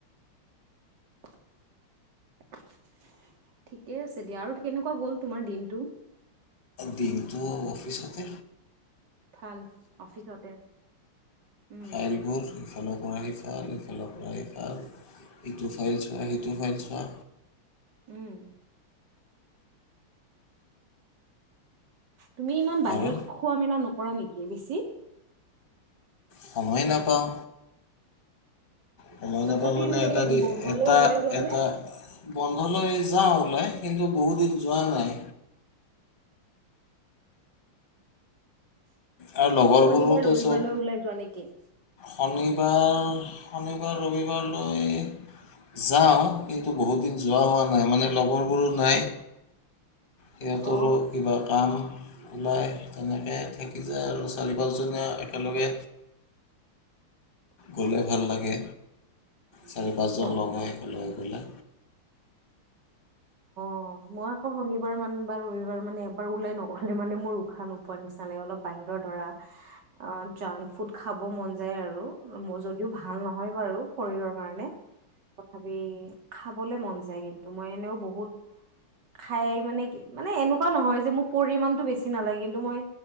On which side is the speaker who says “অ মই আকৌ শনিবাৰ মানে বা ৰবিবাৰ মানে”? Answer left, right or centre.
Right